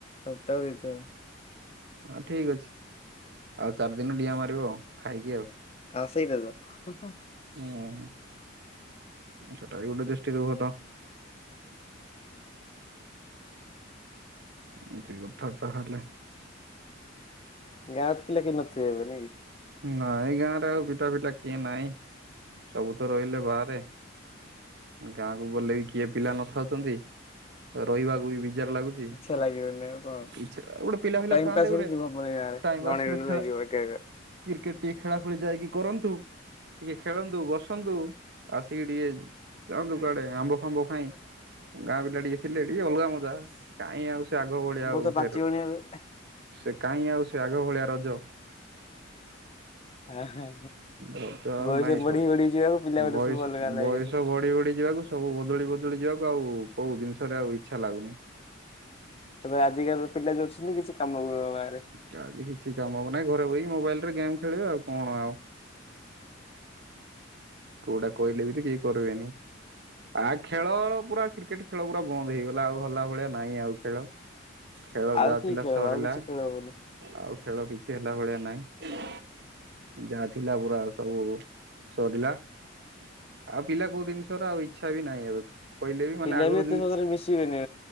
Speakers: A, on the left; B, on the right.
A: ସପ୍ତାହ କୁ ଦି ଥର।
B: ହଁ ଠିକ ଅଛି। ଆଉ ଚାରି ଦିନ ଡିଆ ମାରିବ ଆଉ ଖାଇକି ଆଉ।
A: ଆ ସେଇଟା ତ।
B: ହୁଁ ସେଟା ବି ଗୋଟେ ଦୃଷ୍ଟିରୁ ଭଲ। ଏମିତି କଥା ତା ହେଲେ।
A: ଗାସ ପିଲା କିଏ ନଥିବେ ଏବେ ନାହିଁ କି?
B: ନାଇଁ ଗାଁ ରେ ଆଉ ପିଠା ଫିଟା କିଏ ନାଇଁ। ସବୁ ତ ରହିଲେ ବାହାରେ। ଗାଁକୁ ଗଲେ ବି କିଏ ପିଲା ନଥାଉଚନ୍ତି। ରହିବାକୁ ବି ବିଜାର ଲାଗୁଚି।
A: ଇଚ୍ଛା
B: ଚି।
A: ଲାଗିବନି ଆଉ କଣ।
B: ବିଯା ଗୋଟେ ପିଲା ପିଲା
A: ଟାଇମ
B: ଥାଆନ୍ତେ
A: ପାସ୍ ହଉଛି
B: ଗୋଟେ
A: ହବନି ଗାଁରେ
B: ଟାଇ
A: ଜଣେ
B: ପାସ୍ ଗୋଟେ
A: ଜଣେ
B: ଖେଳ
A: ଲାଗିବ ଏକା ଏକା
B: କ୍ରିକେଟ ଟିକେ ଖେଳା ଖେଳି ଯାଇକି କରନ୍ତୁ। ଟିକେ ଖେଳନ୍ତୁ ବସନ୍ତୁ ଆସିକି ଟିକେ ଯାଆନ୍ତୁ କୁଆଡେ ଆମ୍ବ ଫାମ୍ବ ଖାଇ। ଗାଁ ପିଲା ଟିକେ ଥିଲେ ଟିକେ ଅଲଗା ମଜା। କାହିଁ ଆଉ ସେ ଆଗ ଭଳିଆ
A: ଆମ୍ବ
B: ଆଉ
A: ତ ପାଚିବଣି
B: ସେ
A: ଏବେ।
B: ସେ କାଇହିଁ ଆଉ ସେ ଆଗ ଭଳିଆ ରଜ?
A: ଆ ହ।
B: ରଜ ଆଉ
A: ବୟସ
B: ନାଇଁ
A: ବଢି
B: ସ
A: ବଢି ଯିବ ଆ ପିଲା ମାନେ
B: ବୟସ
A: ସବୁ ଅଲଗା ଅଲଗା
B: ବୟସ
A: ହେଇ
B: ବଢି ବଢି ଯିବାକୁ ସବୁ ବଦଳି ବଦଳି ଯିବାକୁ ଆଉ କୋଉ ଜିନିଷରେ ଆଉ ଇଚ୍ଛା ଲାଗୁନି।
A: ତାପରେ ଆଜିକାଲିର ପିଲା ଯଉ ଅଛନ୍ତି କିଛି କାମକୁ ନୁହ ଗାଁ ରେ।
B: ଯାଆନ୍ତି କିଛି କାମକୁ ନାଇଁ। ଘରେ ବଇକି ମୋବାଇଲ ରେ ଗେମ୍ ଖେଳିବେ ଆଉ କଣ ଆଉ। କୋଉଟା କହିଲେ ବି ତ କେହି କରିବେନି। ଆ ଖେଳ ପୁରା କ୍ରିକେଟ ଖେଳ ପୁରା ବନ୍ଦ ହେଇଗଲା ଆଉ ହଲା ଭଳିଆ ନାଇଁ ଆଉ ଖେଳ। ଖେଳ
A: ଆଉ
B: ଯାଥିଲା
A: କି ଖେଳ
B: ସରିଲା।
A: ହବ ଆଉ କିଛି ଖେଳ ହବନି।
B: ଆଉ ଖେଳ କିଛି ହେଲା ଭଳିଆ ନାଇଁ। ଯା ଥିଲା ପୁରା ସବୁ ସରିଲା। ଆଉ ପିଲା କୋଉ ଜିନିଷର ଆଉ ଇଚ୍ଛା ବି ନାହିଁ ଏବେ। କହିଲେ ମାନେ
A: ପିଲା
B: ଆଗରୁ
A: ବି ଏତେ
B: ଯେମିତି
A: ସହଜ ରେ ମିଶିବେନିା